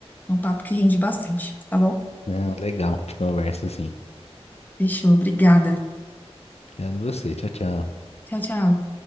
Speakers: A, on the left; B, on the left.
A: é um papo que rende bastante, tá bom?
B: Não, legal de conversa assim.
A: Fechou, obrigada.
B: Obrigado a você. Tchau, tchau.
A: Tchau, tchau.